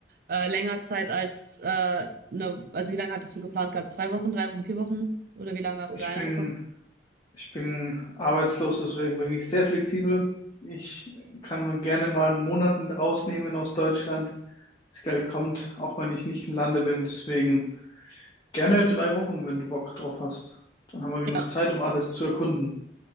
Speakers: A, on the right (about 55°); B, on the left (about 25°).
A: äh, länger Zeit als äh, eine, also wie lange hattest du geplant gehabt? Zwei Wochen, drei Wochen, vier Wochen oder wie lange? Oder
B: Ich
A: eine
B: bin,
A: Woche?
B: ich bin arbeitslos, deswegen bin ich sehr flexibel. Ich kann mir gerne mal einen Monat rausnehmen aus Deutschland. Das Geld kommt, auch wenn ich nicht im Lande bin. Deswegen gerne drei Wochen, wenn du Bock drauf hast. Dann haben wir genug
A: Ja.
B: Zeit, um alles zu erkunden.